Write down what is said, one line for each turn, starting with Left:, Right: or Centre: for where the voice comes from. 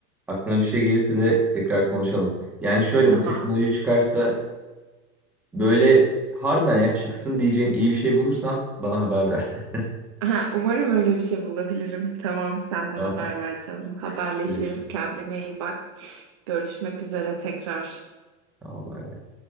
Centre: aklına bir şey gelirse de tekrar konuşalım. Yani şöyle
Right: Tamam.
Centre: bu teknoloji çıkarsa böyle harbiden ya çıksın diyeceğin iyi bir şey bulursan bana haber ver. <laughs>
Right: Aha, umarım öyle bir şey bulabilirim. Tamam sen de
Centre: Tamam.
Right: haber ver canım. Haberleşiriz.
Centre: Görüşürüz.
Right: Kendine iyi bak. Görüşmek üzere tekrar.
Centre: Tamam. bay bay.